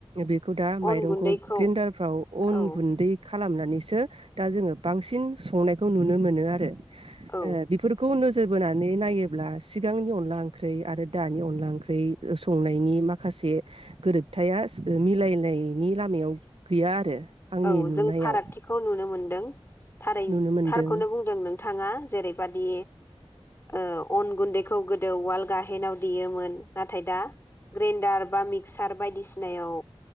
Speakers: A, on the right; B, on the left.
A: बेखौ दा माइरंखौ
B: अन गुन्दैखौ
A: ग्रेन्डारफ्राव अन
B: औ
A: गुन्दै खालामनानैसो दा जोङो बांसिन संनायखौ नुनो मोनो आरो
B: औ
A: ओ बेफोरखौ नोजोर बोनानै नायोब्ला सिगांनि अनला ओंख्रि आरो दानि अनला ओंख्रि संनायनि माखासे खासे गोरोबथाया मिलायनायनि लामायाव गैया आरो आंनि
B: औ
A: नुनायाव
B: जों फारागथिखौ नुनो मोनदों थारै
A: नुनो मोनदों
B: थारखौनो बुंदों नों थाङा जेरैबादि ओ अन गुन्दैखौ गोदो उवाल गाहेनाव देयोमोन। नाथाय दा ग्रेन्डार बा मिक सार बायदिसिनायाव